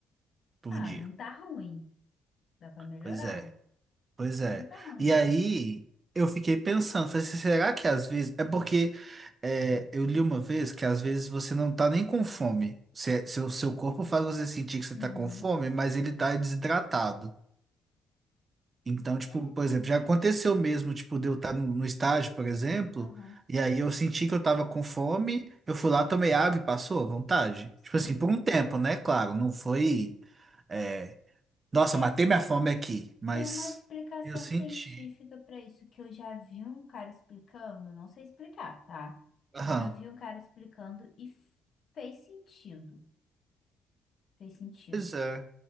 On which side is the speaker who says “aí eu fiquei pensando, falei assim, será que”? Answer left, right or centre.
Right